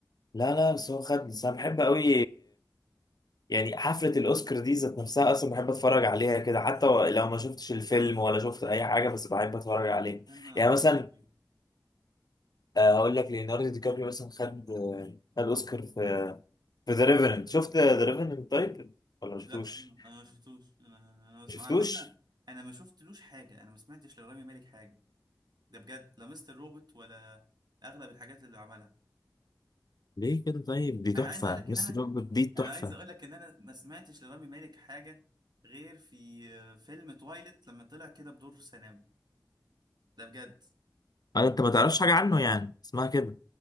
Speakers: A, on the left (about 60°); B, on the right (about 65°).
A: لا لا بس هو خد بس انا بحب قوي يعني حفلة الأوسكار دي ذات نفسها أصلا بحب أتفرج عليها كده حتى لو ما شفتش الفيلم ولا شفت أي حاجة بس بحب أتفرج عليه
B: انا
A: يعني
B: ادور
A: مثلا
B: لك ايه
A: آه، أقول لك ليوناردو دي كابريو مثلا خد آه، خد أوسكار في في ذا ريفننت شفت ذا ريفننت طيب ولا ما شفتوش؟
B: لا انا ما شفتوش انا
A: ما
B: انا بسمع
A: شفتوش؟
B: على فكره انا ما شفتلوش حاجه انا ما سمعتش لرامي مالك حاجه ده بجد لا مستر روبوت ولا اغلب الحاجات اللي عملها
A: ليه كده طيب دي تحفة
B: انا عايز اقول لك
A: مستر
B: ان انا
A: روبوت دي تحفة
B: انا عايز اقول لك ان انا ما سمعتش لرامي مالك حاجه غير في آه، فيلم تويلت لما طلع كده بدور ثانوي ده بجد
A: أنا أنت ما تعرفش حاجة عنه يعني اسمها كده